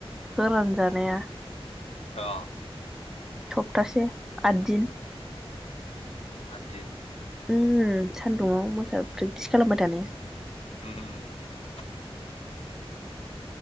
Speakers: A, in the centre; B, on the left.
A: फोरानजानाया
B: अह।
A: सप्तासे आद दिन।
B: आददिन?
A: उम सान्दुङाव मोसा प्रेक्टिस खालामबाय थानाया।
B: <unintelligible>